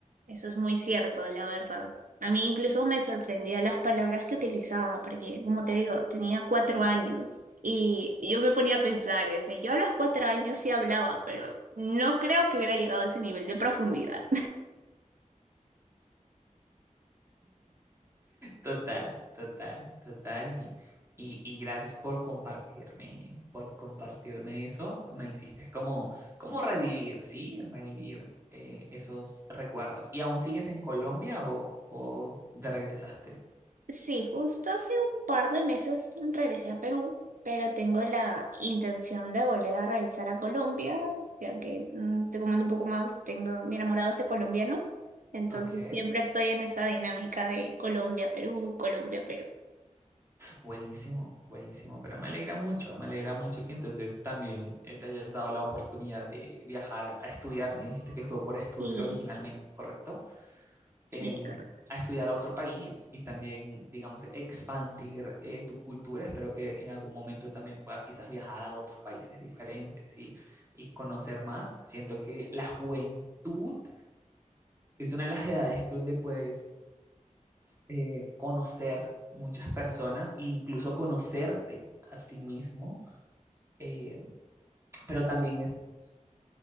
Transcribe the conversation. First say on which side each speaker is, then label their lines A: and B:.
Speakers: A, on the right; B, on the right.
A: eso es muy cierto, la verdad. A mí incluso me sorprendía las palabras que utilizaba, porque como te digo, tenía cuatro años y yo me ponía a pensar y decía, yo a los cuatro años sí hablaba, pero no creo que hubiera llegado a ese nivel de profundidad.
B: Total, total, total. Y, y, y gracias por compartirme, por compartirme eso. Me hiciste como, como revivir, ¿sí? Revivir eh, esos recuerdos. ¿Y aún sigues en Colombia o, o te regresaste?
A: Sí, justo hace un par de meses regresé a Perú, pero tengo la intención de volver a regresar a Colombia, ya que mm, te comento un poco más, tengo mi enamorado es de colombiano, entonces
B: Ok,
A: siempre estoy en esa dinámica de Colombia, Perú, Colombia, Perú.
B: buenísimo, buenísimo. Pero me alegra mucho, me alegra mucho que entonces también eh, te hayas dado la oportunidad de viajar a estudiar. Me dijiste que fue por estudio
A: Sí,
B: originalmente, ¿correcto?
A: sí,
B: em,
A: correcto,
B: a estudiar a otro país y también, digamos, expandir eh, tu cultura. Espero que en algún momento también puedas quizás viajar a otros países diferentes y, y conocer más. Siento que la juventud es una de las edades donde puedes eh, conocer muchas personas e incluso conocerte a ti mismo, eh, pero también es